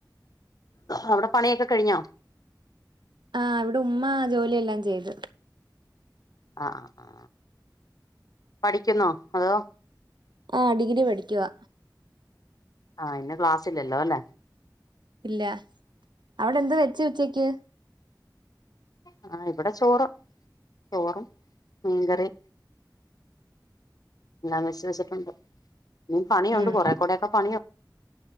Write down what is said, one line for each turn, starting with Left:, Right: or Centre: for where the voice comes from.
Left: അവിടെ പണിയൊക്കെ കഴിഞ്ഞോ?
Right: ആ ഇവിടെ ഉമ്മ ജോലിയെല്ലാം ചെയ്ത്.
Left: ആ ആ ആ പഠിക്കുന്നോ, അതോ?
Right: ആ ഡിഗ്രി പഠിക്കുവാ.
Left: ആ ഇന്ന് ക്ലാസില്ലല്ലോ അല്ലെ
Right: ഇല്ല അവിടെ എന്ത് വെ ച്ച് ഉച്ചയ്ക്ക്
Left: ആ ഇവിടെ ചോറ്, ചോറും മീൻകറി എല്ലാം വെച്ച് വെച്ചിട്ടുണ്ട്. ഇനി പണിയുണ്ട്
Right: ഉം
Left: കുറെ കൂടെയെക്കെ പണിയു